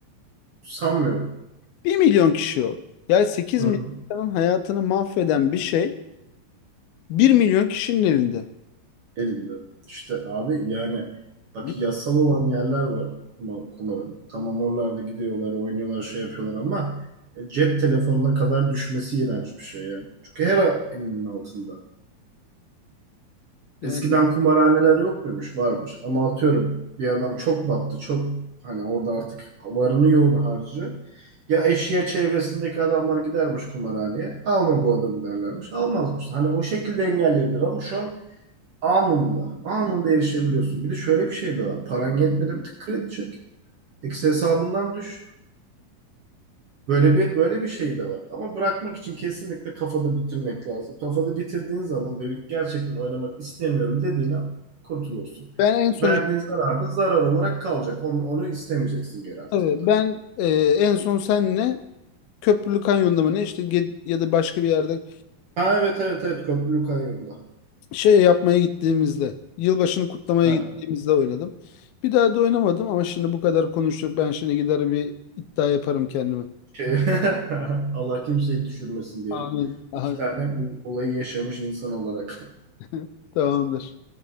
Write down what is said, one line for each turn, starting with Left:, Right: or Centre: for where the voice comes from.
Right: Sanmıyorum.
Left: Bir milyon kişi o. Yani sekiz
Right: Hı
Left: milyon
Right: hı.
Left: insanın hayatını mahveden bir şey bir milyon kişinin elinde.
Right: Elinde. İşte abi yani bak
Left: Hı?
Right: yasal olan yerler var kuma- kumarın. Tamam oralarda gidiyorlar, oynuyorlar, şey yapıyorlar ama e, cep telefonuna kadar düşmesi iğrenç bir şey ya. Çünkü her an elinin altında.
Left: Yani
Right: Eskiden kumarhaneler yok muymuş? Varmış. Ama atıyorum bir adam çok battı, çok hani orada artık varını yoğunu harcı Ya eşya çevresindeki adamlar gidermiş kumarhaneye. Alma bu adamı derlermiş. Almazmış. Hani o şekilde engelleyebilir ama şu an Anında. Anında erişebiliyorsun. Bir de şöyle bir şey de var. Paran yetmedi mi? tık kredi çek. Eksi hesabından düş. Böyle bir böyle bir şey de var. Ama bırakmak için kesinlikle kafada bitirmek lazım. Kafada bitirdiğin zaman ve gerçekten oynamak istemiyorum dediğin an kurtulursun.
Left: ben en son
Right: Verdiğin
Left: işte,
Right: zarar da zarar olarak kalacak. Onu, onu istemeyeceksin geri artık.
Left: tabii ben e, en son senle Köprülü Kanyon'da mı ne işte ge- ya da başka bir yerde
Right: Ha evet evet evet köprülü kayyumda.
Left: şey yapmaya gittiğimizde, yılbaşını kutlamaya
Right: Aynen.
Left: gittiğimizde oynadım. Bir daha da oynamadım ama şimdi bu kadar konuştuk. Ben şimdi gider bir iddia yaparım kendime.
Right: Şey, <laughs> Allah kimseyi düşürmesin diyelim.
Left: Amin. Amin.
Right: İki tane bu olayı yaşamış insan olarak. <laughs>
Left: <laughs> Tamamdır.